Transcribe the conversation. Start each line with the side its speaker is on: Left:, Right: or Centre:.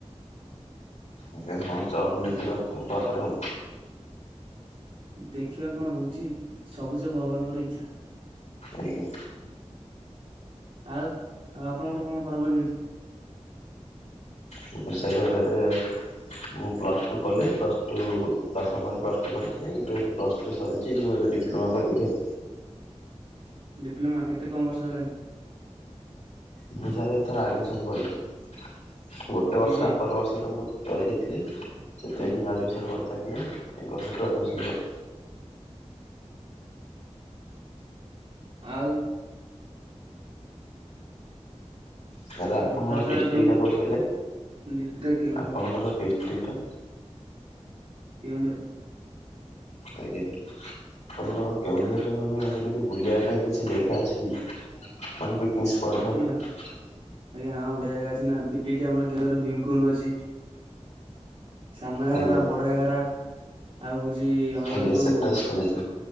Left: ଆଜ୍ଞା ହଁ ଜବ ମିଳଯିବ ଆପଣଙ୍କୁ ଆ ପରେ ଆଉ।
Right: ଦେଖିବା କଣ ହଉଛି ସବୁ ସେ ଭଗବାନଙ୍କ ର ଇଚ୍ଛା।
Left: ଆଜ୍ଞା।
Right: ଆଉ ଆଉ ଆପଣଙ୍କର କଣ ପଢା ପଢି ଚାଲିଚି?
Left: ମୋର ସାର୍ ଏବେ। ମୁଁ ପ୍ଲସ ଟୁ କଲି ପ୍ଲସ ଟୁ ଦଶମ ପରେ ପ୍ଲସ୍ ଟୁ କରିଥିଲି ଏବେ ପ୍ଲସ ଟୁ ସରିଛି ମୁଁ। ଏବେ ଡିପ୍ଲମା କରିବି ଆଉ।
Right: ଡିପ୍ଲୋମା କେତେ କଣ ବର୍ଷ ହେଲାଣିି?
Left: ମୁଁ ସାର୍ ଏଥର ଆଡମିସନ କରିଵି। ଗୋଟେ
Right: କରିବେ
Left: ବର୍ଷ ଆ ପର ବର୍ଷ ଟା ମୁଁ ରହି ଯାଇଥିଲି ସେଥିପାଇଁ
Right: ଆଜ୍ଞା
Left: ମୁଁ ଆଡମିଶନ୍ କରି ପାରିନି ଏ ବର୍ଷ ତ ଆଡମିଶନ।
Right: ଆଉ।
Left: ସାର୍ ଆପଣଙ୍କର
Right: ଆଉ ରଥଯାତ୍ରାରେ
Left: ଡିଷ୍ଟିକ
Right: ସବୁ
Left: ଟା କୋଉଠି କହିଲେ
Right: ଡିଷ୍ଟ୍ରିକ୍ଟ କେଉଁଝର
Left: ଆପଣଙ୍କର ଡିସ ଟିକ୍ ଟା।
Right: କେଉଁଝର।
Left: ଆଜ୍ଞା। କଣ କଣ କେଉଁଝର ମାନେ ସେମିତି ବୁଲିବା ପାଇଁ କିଛି ଜାଗା ଅଛି କି ମାନେ ନିଷ୍ ପର ଫଡ
Right: ଏଇ ହଁ ଆଜ୍ଞା ହଁ ଭଳିଆ ଜାଗା ଅଛି ନାଁ ଏଇଠି ଆମର କେଉଁଝର ଭୀମକୁଣ୍ଡ ଅଛି। ସାନ ଘାଗରା
Left: ଆଜ୍ଞା
Right: ବଡ ଘାଗରା ଆଉ ହଉଛି ଯେ ଆମର
Left: ଆଜ୍ଞା
Right: ଯୋଉ
Left: ସେଟା ଶୁଣିଛି